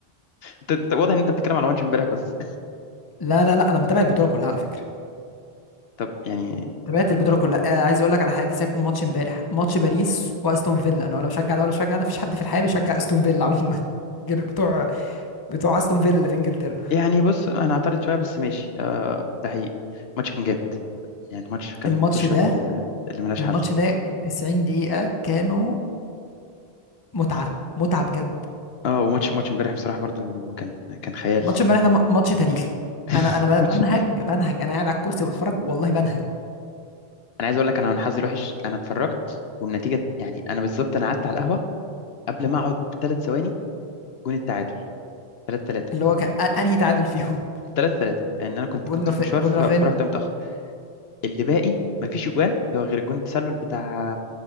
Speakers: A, on the left (about 75°); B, on the left (about 25°).
A: انت انت واضح ان انت بتتكلم على ماتش امبارح بس
B: لا لا لا انا متابع البطوله كلها على فكره
A: <laughs> طب يعني
B: تابعت البطوله كلها آه عايز اقول لك على حاجه سيبك من ماتش امبارح ماتش باريس واستون فيلا انا ولا بشجع ده ولا بشجع ده مفيش حد في الحياه بيشجع استون فيلا عموما <laughs> غير بتوع بتوع استون فيلا اللي في انجلترا
A: يعني بص انا اعترض شويه بس ماشي آه ده حقيقي الماتش كان جامد يعني الماتش كان
B: الماتش
A: متوشه
B: ده
A: اللي اللي ملهاش
B: الماتش
A: حل
B: ده ال 90 دقيقه كانوا متعه متعه بجد
A: اه وماتش ماتش امبارح بصراحه برضو كان كان خيال
B: ماتش امبارح ده م- ماتش تاريخي
A: <laughs>
B: انا انا
A: ماتش
B: ب- بنهج بنهج انا قاعد على الكرسي بتفرج والله بنهج
A: انا عايز اقول لك انا من حظي الوحش انا اتفرجت والنتيجه يعني انا بالظبط انا قعدت على القهوه قبل ما اقعد بثلاث ثواني جون التعادل 3 3
B: اللي هو كان أ- انهي تعادل فيهم
A: 3 3 لان انا كنت
B: <laughs> جون
A: كنت
B: رافا
A: في مشوار
B: جون
A: ف-
B: رافينيا
A: فرحت متاخر اللي باقي ما فيش اجوان هو غير جون التسلل بتاع